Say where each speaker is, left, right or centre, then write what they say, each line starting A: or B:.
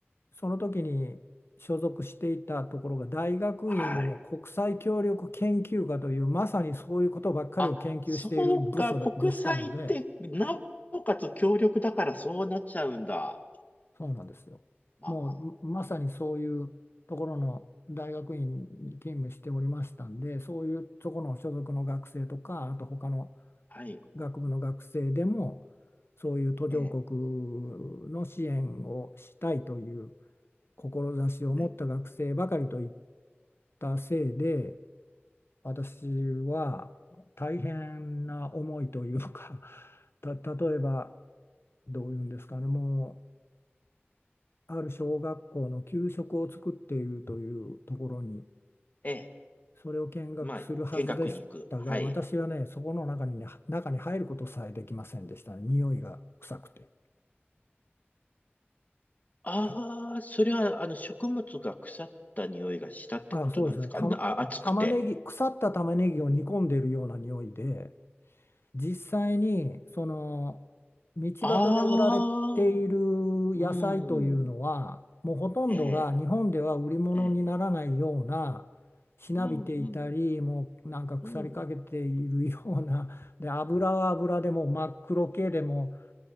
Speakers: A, on the left; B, on the left.
A: その時に所属していたところが大学院の国際協力研究科というまさにそういうことばっかりを研究している部署でしたので
B: はい。あ、そうか、国際って、なおかつ協力だからそうなっちゃうんだ。
A: そうなんですよもうまさにそういうところの大学院に勤務しておりましたんでそういうところの所属の学生とかあと他の
B: まあ、はい。
A: 学部の学生でもそういう途上国
B: ええ、
A: の支援をしたいという志を持った学生ばかりといっ
B: はい。
A: たせいで私は大変な思いというか <laughs> た例えばどういうんですかねもうある小学校の給食を作っているというところに
B: ええ、
A: それを見学するはずでしたが私はねそこの中にね中に入ることさえできませんでしたね匂いが臭くて。
B: まあ、見学に行く。はい。ああ、
A: た
B: それは、あの、食物が腐った匂いがしたってことなんですかなあ、
A: あそうですねた玉ねぎ腐った玉ねぎを煮込んでいるような匂いで
B: 暑くて。
A: 実際にその道端で売られている
B: ああ、う
A: 野菜というのはもうほとんどが日本では売り物にならないようなしなびていたりもうなんか腐りかけているようなで油は油でもう真っ黒系でも
B: ん。ええ、ええ、うん、うん、うん。